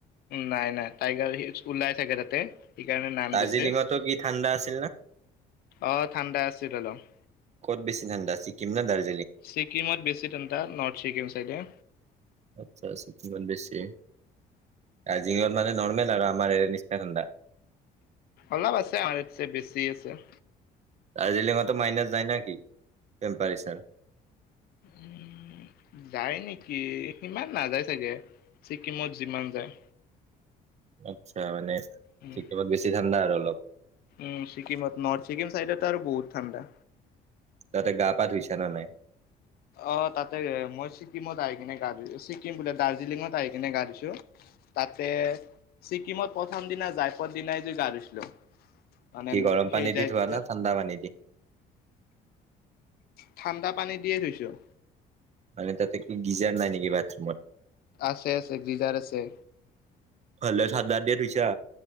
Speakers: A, on the left; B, on the right.
A: নাই নাই টাইগাৰ হিলছ ওলাই চাগে তাতে, সেইকাৰণে নাম
B: দাৰ্জিলিঙতো
A: দিছে।
B: কি ঠাণ্ডা আছিল না
A: অ ঠাণ্ডা আছিল অলপ।
B: ক'ত বেছি ঠাণ্ডা ছিকিম নে দাৰ্জিলিং?
A: ছিক্কিম বেচি ঠাণ্ডা, নৰ্থ ছিকিম চাইডে।
B: আচ্ছা ছিকিমত বেছি। আ দিনত মানে নৰ্মেল আৰু আমাৰ ইয়াৰ নিচিনা ঠাণ্ডা?
A: অলপ আছে, আমাৰ ইয়াতকে বেছি আছে।
B: দাৰ্জিলিঙতো মাইনাছ যায় না কি টেম্পাৰেচাৰ?
A: উম। যায় নেকি, সিমান নাযায় চাগে ছিকিমত যিমান যায়।
B: আচ্ছা মানে
A: উম
B: ছিকিমত বেছি ঠাণ্ডা আৰু অলপ?
A: উম ছিকিমত, নৰ্থ ছিকিম চাইডতটো আৰু বহুত ঠাণ্ডা।
B: তাতে গা পা ধুইছা নে নাই?
A: অ তাতে মই ছিকিমত আহি কিনে গা ধুইছো। ছিকিম বোলে দাৰ্জিলিঙত আহি কিনে গা ধুইছোঁ তাত তে ছিক্কিমত প্ৰথম দিনা যায় পুৱাৰ দিনাই যি গা ধুইছিলোঁ। মানে
B: কি গৰম
A: সেই
B: পানী
A: যাই
B: দি ধোৱা
A: তাতে
B: না ঠাণ্ডা পানী দি
A: ঠাণ্ডা পানী দিয়ে ধুইছোঁ।
B: মানে তাতে কি গিজাৰ নাই নেকি বাথৰুমত?
A: আছে -আছে গিজাৰ আছে।
B: ভালে ঠাণ্ডা দিয়ে ধুইছা?